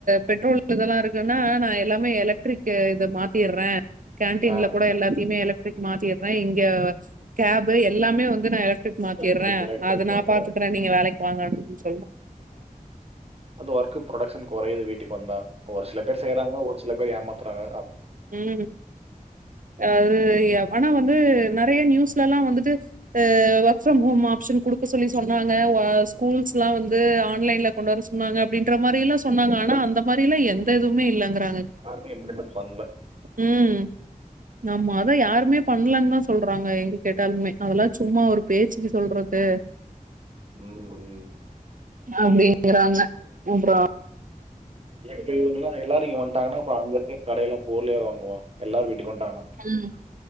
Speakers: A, on the right; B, on the right.
A: பெட்ரோல் இதெல்லா இருக்குனா நா எல்லாமே எலக்ட்ரிக் இத மாத் த்திறே கேன்டில
B: இருப்பான்
A: கூட எல்லாத்தையுமே எலக்ட் மாத்திறே இங்க கேப் எல்லாமே வந்து நா எலக்ட மாத்திறே
B: எலக்ட்ரிக் எலக்ட்ரிக்
A: அது நா
B: மாத்துறாங்க
A: பாத்துக்கறே நீங்க வேலைக் வாங்க <unintelligible>
B: அது ஒர்க் புரொடக்க்ஷன் கொறையது வீட் டுக்கு வந்தா ஒரு சில பேர் செய்யறாங்க ஒரு சில பேர் ஏமாத் தறாங்க
A: உம் அது ஆனா வந்து நெறைய நியூஸ்லல்லா வந்துட்டு ஒர்க் ஃப்ரம் ஹோம் ஆப்ஷன் குடுக்க சொல்லி சொன்னாங்க ஆஹ் ஸ்கூல்ஸ்ல்லா வந்து ஆண் ஆண்லைன்ல கொண்டு வர சொன்னாங்க அப்படின்ற மாரில்லா சொன்னாங்க ஆனா அந்த மாரிலா எந்த எதுமே இல்லைங்கிறாங்
B: காருமைய <unintelligible>
A: உம் நம்ம அதா யாருமே பண்ணலன்தா சொல்றாங்க எங்க கேட்டாலுமே அதெல்லாம் சும்மா ஒரு பேச்சுக்கு சொல்றது
B: உம் உம்
A: அப்படிங்கறாங்க அப்பற
B: இப்ப இவங் எல்லாரம் இங்க வட்டாங்க ன்னா அப்புற அங்க இருக்க கடைய்ல பொருள யார் வாங்குவா எல்லாரும் வீட்டுக்கு வந்துட்டாங்கன்னா
A: ஹம்